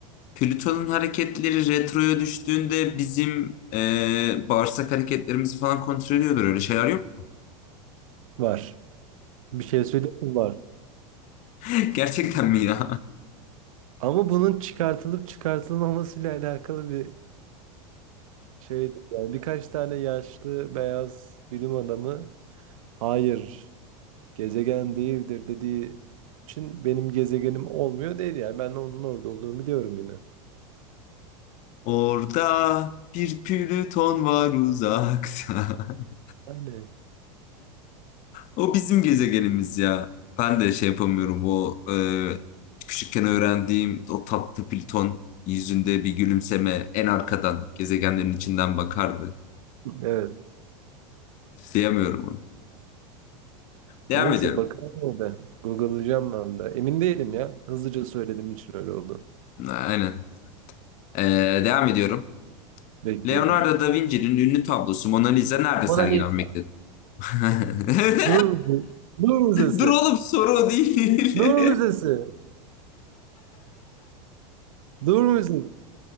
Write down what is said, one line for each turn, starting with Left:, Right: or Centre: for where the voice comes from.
Left: Plüton'un hareketleri retroya düştüğünde bizim e, bağırsak hareketlerimizi falan kontrol ediyordur. Öyle şeyler yok.
Right: Var. Bir şey söyleyeyim mi? Var.
Left: <laughs> Gerçekten mi ya?
Right: Ama bunun çıkartılıp çıkartılmamasıyla alakalı bir şey. Yani birkaç tane yaşlı beyaz bilim adamı hayır gezegen değildir dediği için benim gezegenim olmuyor değil yani. Ben onun orada olduğunu biliyorum yine.
Left: <laughs> Orada bir Plüton var uzakta. <laughs>
Right: Yani.
Left: O bizim gezegenimiz ya. Ben de şey yapamıyorum. O e, küçükken öğrendiğim o tatlı Plüton yüzünde bir gülümseme en arkadan gezegenlerin içinden bakardı.
Right: Evet.
Left: Diyemiyorum onu. Devam
Right: Neyse
Left: ediyorum.
Right: bakalım o da. Google'layacağım ben de. Emin değilim ya. Hızlıca söylediğim için öyle oldu.
Left: Aynen. E, devam ediyorum.
Right: Bekliyorum.
Left: Leonardo da Vinci'nin ünlü tablosu Mona Lisa nerede
Right: Mona
Left: sergilenmektedir?
Right: Lisa.
Left: <laughs>
Right: Louvre Müzesi.
Left: Dur oğlum soru o değil.
Right: Louvre
Left: <laughs>
Right: Müzesi. Louvre Müzesi. Louvre Müzesi.